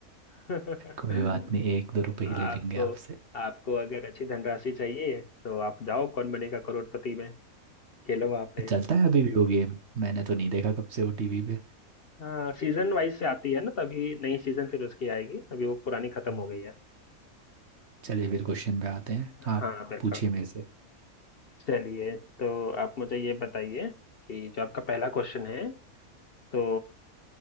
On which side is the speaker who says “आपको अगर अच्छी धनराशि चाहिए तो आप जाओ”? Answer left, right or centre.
Left